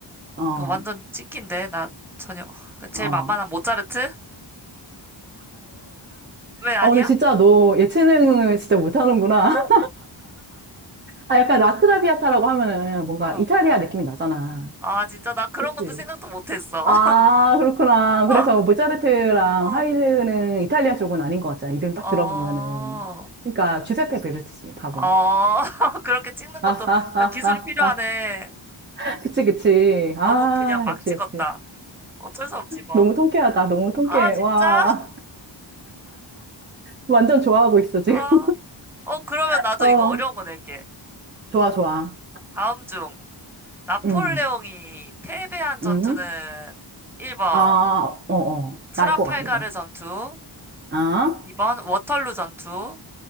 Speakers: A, on the right (about 25°); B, in the centre.
A: 어,
B: 이거 완전 찍힌데 나 전혀 그 제일
A: 어.
B: 만만한 모차르트? 왜 아니야?
A: 어, 근데 진짜 너 예체능을 진짜 못하는구나. 아, 약간 라크라비아타라고 하면은 뭔가
B: 어.
A: 이탈리아 느낌이 나잖아.
B: 아 진짜 나 그런
A: 그치?
B: 것도 생각도 못했어.
A: 아, 그렇구나.
B: <laughs>
A: 그래서 모차르트랑
B: 어.
A: 하이드는 이탈리아 쪽은 아닌 것 같잖아. 이름 딱
B: 어. 어.
A: 들어보면은. 그러니까 주세페 베르투지, 답은.
B: <laughs> 그렇게 찍는
A: <laughs> 아,
B: 것도
A: 아,
B: 다 기술이
A: 아,
B: 필요하네.
A: 아, 아. 그치, 그치. 아,
B: 너무 그냥 막
A: 역시,
B: 찍었다.
A: 역시.
B: 어쩔 수 없지 뭐.
A: 너무 통쾌하다. 너무 통쾌해.
B: 아 진짜?
A: 와, 완전 좋아하고 있어, 지금.
B: 어. 어 그러면
A: <laughs>
B: 나도
A: 어,
B: 이거 어려운 거 낼게.
A: 좋아, 좋아.
B: 다음 중 나폴레옹이
A: 음,
B: 패배한 전투는
A: 음.
B: 1번
A: 아, 어, 어.
B: 트라팔가르
A: 나 알 것 같아, 이거.
B: 전투,
A: 아,
B: 2번 워털루 전투,